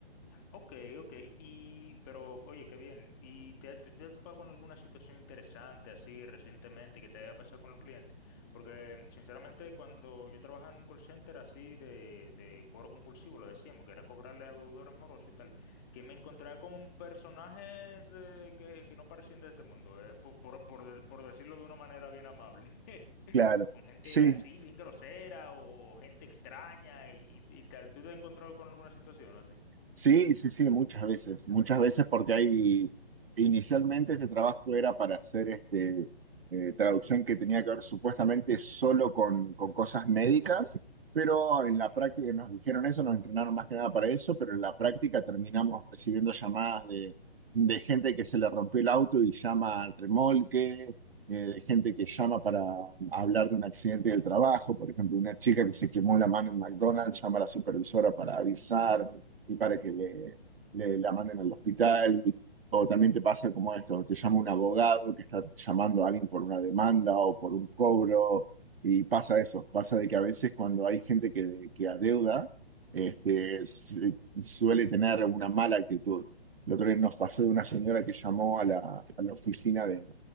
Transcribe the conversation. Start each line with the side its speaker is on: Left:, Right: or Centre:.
Left: Ok, ok, y, pero oye, qué bien. ¿Y te, te, te has topado con alguna situación interesante así recientemente que te haya pasado con los clientes? Porque sinceramente cuando yo trabajaba en un call center así de, de cobro compulsivo, lo decíamos, que era cobrarle a deudores morosos y tal, que me encontraba con personajes eh, que, que no parecían de este mundo, eh, por, por, por de- por decirlo de una manera bien amable. <laughs>
Right: Claro,
Left: Con gente
Right: sí,
Left: así, bien grosera o gente extraña y, y tal. ¿Tú te has encontrado con alguna situación así?
Right: Sí, sí, sí, muchas veces, muchas veces porque hay, inicialmente este trabajo era para hacer este, eh, traducción que tenía que ver supuestamente solo con, con cosas médicas, pero
Left: Ujú.
Right: en la práctica nos dijeron eso, nos entrenaron más que nada para eso, pero en la práctica terminamos recibiendo llamadas de, de gente que se le rompió el auto y llama al remolque, eh, de gente que llama para hablar de un accidente del trabajo, por ejemplo, una chica que se quemó la mano en McDonald's llama a la supervisora para avisar y para que le, le- la manden al hospital. O también te pasa como esto, te llama un abogado que está llamando a alguien por una demanda o por un cobro, y pasa eso, pasa de que a veces cuando hay gente que, que adeuda, este, se- suele tener una mala actitud. El otro día nos pasó de una señora que llamó a la, a la oficina de,